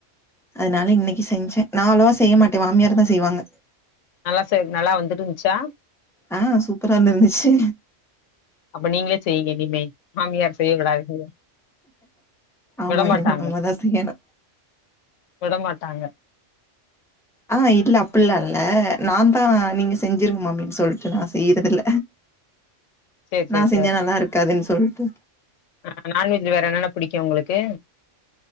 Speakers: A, in the centre; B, on the left.
A: அதனால இன்னிக்கு செஞ்சே நா அவ்ளோவா செய்ய மாட்டே மாமியார் தா செய்வாங்க
B: நல்லா செய் நல்லா வந்துருந்துச்சா
A: அ சூப்பரா வந்து இருந்துச்சு
B: அப்ப நீங்களே செய்யீங்க இனிமே மாமியார் செய்ய விடாதீங்க.
A: ஆமா
B: விடமாட்டாங்க
A: இனிமே நம்மதா செய்யனு
B: விட மாட்டாங்க
A: அ இல்ல அப்டில்லா இல்ல நா தா நீங்க செஞ்சிருங்க மாமி சொல்ட்டு நா செய்யிறது இல்ல
B: சேரி சேரி
A: நா செஞ்சா நல்லா இருக்காதுன்னு சொல்ட்டு
B: அ நான்வெஜ்ல வேற என்னென்னா புடிக்கு உங்ளுக்கு